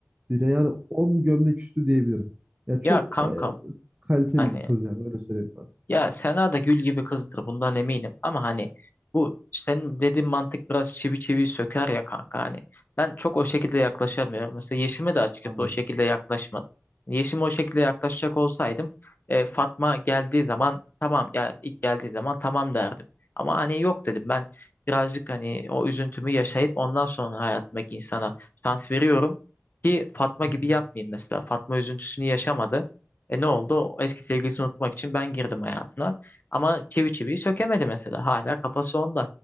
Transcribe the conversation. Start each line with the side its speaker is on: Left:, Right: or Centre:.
Right: düğüne. Yani 10 gömlek üstü diyebilirim. Ya çok
Left: Ya kankam
Right: e, kaliteli
Left: hani
Right: bir kız yani öyle söyleyeyim. ben.
Left: Ya Sena da gül gibi kızdır bundan eminim ama hani bu senin dediğin mantık biraz çivi çivi söker ya kanka hani ben çok o şekilde yaklaşamıyorum. Mesela Yeşim'e de açıkçası
Right: Anladım.
Left: o şekilde yaklaşmadım. Yeşim'e o şekilde yaklaşacak olsaydım e, Fatma geldiği zaman tamam ya ilk geldiği zaman tamam derdim. Ama hani yok dedim ben birazcık hani o üzüntümü yaşayıp ondan sonra hayatımdaki insana şans veriyorum ki Fatma
Right: Hı
Left: gibi
Right: hı.
Left: yapmayayım mesela. Fatma üzüntüsünü yaşamadı. E ne oldu? O eski sevgilisini unutmak için ben girdim hayatına. Ama çivi çiviyi sökemedi mesela. Hala kafası onda.